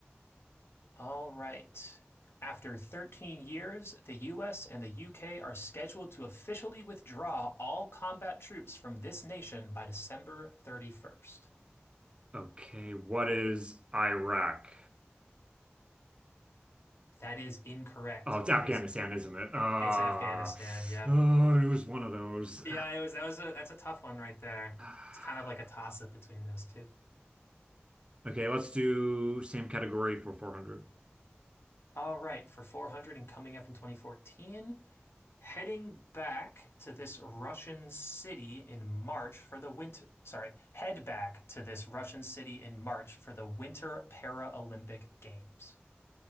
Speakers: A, on the left (about 70°); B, on the right (about 25°).
A: All right. After 13 years, the US and the UK are scheduled to officially withdraw all combat troops from this nation by December 31st.
B: Okay, what is Iraq?
A: That is incorrect.
B: Oh, it's Afghanistan,
A: It is
B: isn't it? Uh,
A: it's Afghanistan. Yep.
B: oh, it was one of those.
A: Yeah, it was that was a that's a tough one right there.
B: <sighs>
A: It's kind of like a toss up between those two.
B: Okay, let's do same category for 400.
A: All right, for 400 and coming up in 2014, Heading back to this Russian city in March for the winter, sorry, head back to this Russian city in March for the Winter Paralympic Games.